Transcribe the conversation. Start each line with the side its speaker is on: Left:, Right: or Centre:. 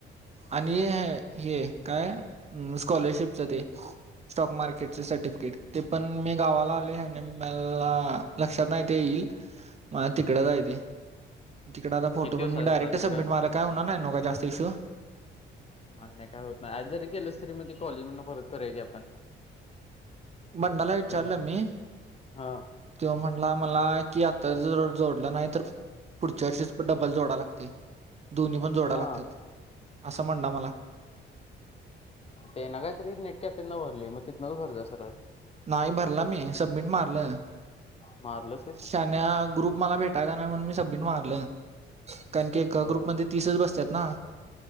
Right: आणि ह हे काय स्कॉलरशिपच ते स्टॉक मार्केटचे सर्टिफिकेट ते पण मी गावाला आले आणि मला लक्षात नाही ते येईल. <inaudible> मझ तिकडेच आहे ते तिकडे आता फोटो
Left: किती दिवसाचा
Right: पण मी डायरेक्ट
Left: होता तिकडं
Right: सबमिट मार काय होणार नाही न का जास्त इश्यू
Left: नाही नाही काय होत नाही आज जरी केलंस तरी मग ती कॉलेज म्ह परत करराय की आपण
Right: बनणाला विचारलं
Left: काय विषय नाही.
Right: मी
Left: हां
Right: तेव्हा म्हणला मला की आता जर जोडलं नाही तर पुढच्या वर्षीच पण डबल जोडा लागते दोन्ही पण जोडा
Left: हां
Right: लागतात असं म्हणणा मला
Left: ते ना काहीतरी नेट कॅपना भरलेय मग तिथनच भर जा सर
Right: नाही भरला मी सबमिट मारलं.
Left: मारलस.
Right: शन ग्रुप मला भेटायचा नाही म्हणून मी सबमिट मारलं. कारण की एका
Left: बर
Right: ग्रुपमध्ये तीसच बसतात ना.